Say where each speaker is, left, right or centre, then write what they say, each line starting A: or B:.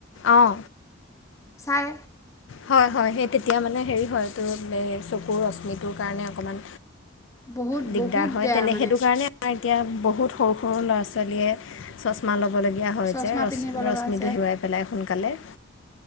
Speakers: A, on the left; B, on the left.
A: অঁ।
B: চাই।
A: হয় হয়, সেই তেতিয়া মানে হেৰি হয় তোৰ এই চকুৰ ৰশ্মিটোৰ কাৰণে অকণমান।
B: বহুত
A: দিগদাৰ
B: বহুত
A: হয়
B: বেয়া
A: তেনে
B: মানে।
A: সেইটো কাৰণে আমাৰ এতিয়া, বহুত সৰু সৰু ল'ৰা ছোৱালীয়ে চচমা ল'ব। লবলগীয়া হয়
B: চশমা
A: যে,
B: পিন্ধিব লগা
A: ৰশ্মিতো
B: হৈছে
A: হেৰাই পেলাই সোনকালে।